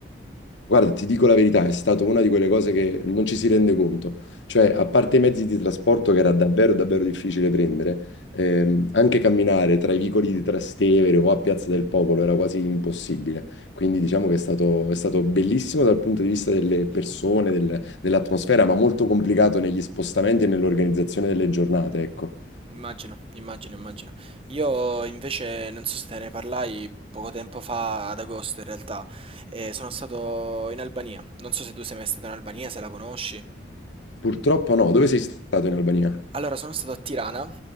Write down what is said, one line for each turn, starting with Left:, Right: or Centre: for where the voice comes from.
Left: Guarda, ti dico la verità, è stata una di quelle cose che non ci si rende conto. Cioè, a parte i mezzi di trasporto che era davvero, davvero difficile prendere, ehm, anche camminare tra i vicoli di Trastevere o a Piazza del Popolo era quasi impossibile. Quindi diciamo che è stato, è stato bellissimo dal punto di vista delle persone, del- dell'atmosfera, ma molto complicato negli spostamenti e nell'organizzazione delle giornate, ecco.
Right: Immagino, immagino, immagino. Io invece non so se te ne parlai poco tempo fa, ad agosto in realtà, e sono stato in Albania. Non so se tu sei mai stato in Albania, se la conosci.
Left: Purtroppo no. Dove sei stato in Albania?
Right: Allora, sono stato a Tirana,